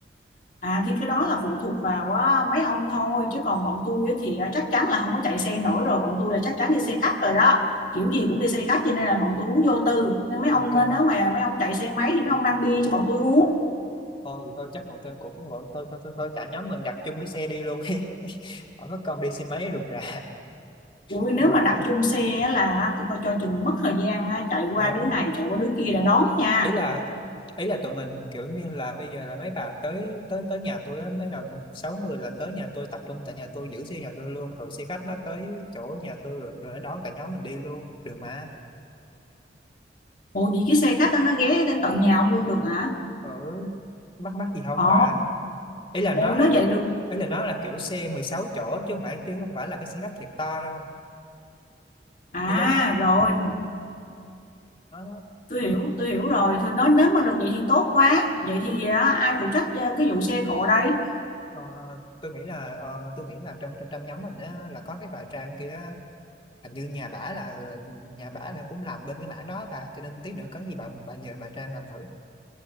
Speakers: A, on the left (about 45°); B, on the left (about 30°).
A: À thì cái đó là phụ thuộc vào á, mấy ông thôi chứ còn bọn tôi á thì á, chắc chắn là không có chạy xe nổi rồi bọn tôi là chắc chắn đi xe khách rồi đó kiểu gì cũng đi xe khách cho nên là bọn tôi uống vô tư nên mấy
B: Ok
A: ông á,
B: ok.
A: nếu mà mấy ông chạy xe máy thì mấy ông mang bia cho bọn tôi uống
B: Thôi thì thôi chắc bọn tôi cũng gọi tôi thôi thôi thôi cả nhóm mình đặt chung cái xe đi luôn đi. <laughs> Khỏi mất công đi xe máy rườm rà
A: Ui,
B: cũng
A: nếu
B: mệt
A: mà đặt
B: nữa.
A: chung xe á là coi coi cho chừng mất thời gian á, chạy qua
B: Đâu
A: đứa này chạy qua đứa kia để đón nha
B: ý là ý là tụi mình kiểu như là bây giờ là mấy bà tới tới tới nhà tôi á mấy là sáu mươi là tới nhà tôi tập trung tại nhà tôi giữ xe nhà tôi luôn rồi xe khách nó tới chỗ nhà tôi rồi rồi nó đón cả nhóm mình đi luôn được mà
A: Ủa vậy cái xe khách đó nó ghé đến tận nhà ông luôn được hả?
B: ở mắc mắc gì không
A: Ồ,
B: bà ý là
A: ồ
B: nó
A: nói vậy được
B: ý là nó là kiểu xe 16 chỗ chứ không phải chứ không phải là cái xe khách thiệt to đâu
A: à
B: nó giống
A: rồi
B: nó nó-
A: tôi hiểu tôi hiểu rồi thôi nói nếu mà được vậy thì tốt quá vậy thì á, ai phụ trách ờ, cái vụ xe cộ đây
B: ờ, tôi nghĩ là ờ, tôi nghĩ là trong trong trong nhóm mình á là có cái loại trang kia hình như nhà bả là nhà bả là cũng làm bên cái mảng đó bà cho nên tí nữa có gì bà bà nhờ bà Trang làm thử